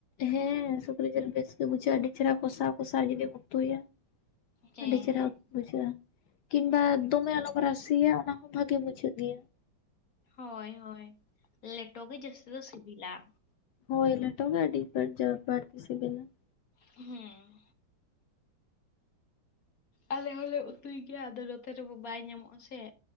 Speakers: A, on the left (about 75°); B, on the left (about 50°).
A: ᱦᱮᱸ ᱥᱩᱠᱨᱤ ᱡᱤᱞ ᱵᱮᱥ ᱜᱮ ᱵᱩᱡᱷᱟᱹᱜᱼᱟ ᱟᱹᱰᱤ ᱪᱮᱨᱦᱟ ᱠᱚᱥᱟᱣ ᱠᱚᱥᱟᱣ ᱡᱩᱫᱤᱢ ᱩᱛᱩᱭᱟ ᱾
B: ᱦᱮᱸ
A: ᱟᱹᱰᱤ ᱪᱮᱨᱦᱟ
B: ᱦᱮᱸ
A: ᱵᱩᱡᱷᱟᱹᱜᱼᱟ ᱾ ᱠᱤᱱᱵᱟ
B: ᱚ
A: ᱫᱚᱢᱮ ᱟᱞᱚᱢ ᱨᱟᱥᱤᱭᱟ ᱚᱱᱟ ᱦᱚᱸ ᱵᱷᱟᱜᱮ ᱵᱩᱡᱷᱟᱹᱜ ᱜᱮᱭᱟ ᱾
B: ᱦᱳᱭ ᱦᱳᱭ ᱞᱮᱴᱚ ᱜᱮ ᱡᱟᱹᱥᱛᱤ ᱫᱚ ᱥᱤᱵᱤᱞᱟ ᱾
A: ᱦᱳᱭ ᱞᱮᱴᱚ ᱜᱮ ᱟᱹᱰᱤ ᱵᱟᱹᱲ ᱡᱟᱹᱥ ᱵᱟᱹᱲᱛᱤ ᱥᱤᱵᱤᱞᱟ ᱾
B: ᱦᱮᱸᱻ ᱟᱞᱮ ᱦᱚᱸᱞᱮ ᱩᱛᱩᱭ ᱜᱮᱭᱟ ᱟᱫᱚ ᱱᱚᱛᱮ ᱨᱮ ᱢᱟ ᱵᱟᱭ ᱧᱟᱢᱚᱜᱼᱟ ᱥᱮ